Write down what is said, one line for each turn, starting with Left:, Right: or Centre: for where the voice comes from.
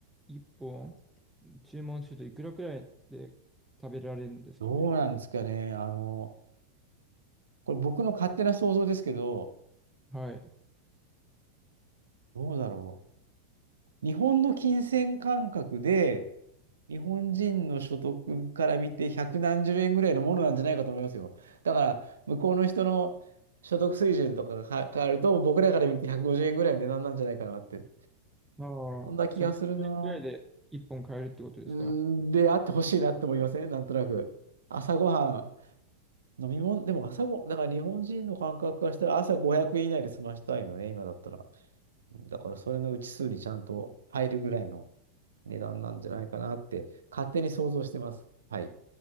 Centre: 一本注文するといくらくらいで食べられるんですかね。
Right: どうなんですかね。あの、これ僕の勝手な想像ですけど、
Centre: はい。
Right: どうだろう。日本の金銭感覚で、日本人の所得から見て百何十円ぐらいのものなんじゃないかと思いますよ。だから、向こうの人の所得水準とかがか変わると、僕らから見て150円ぐらいの値段なんじゃないかなって、
Centre: ああ、
Right: そんな気がするな。
Centre: 1 0円くぐらいで1本買えるってことですか。
Right: うーん、で、あってほしいなって思いませんなんとなく。朝ごはん、飲み物、でも朝ご、だから日本人の感覚からしたら朝500円以内で済ましたいのね、今だったら。だからそれのうち数にちゃんと入るぐらいの値段なんじゃないかなって勝手に想像してます。はい。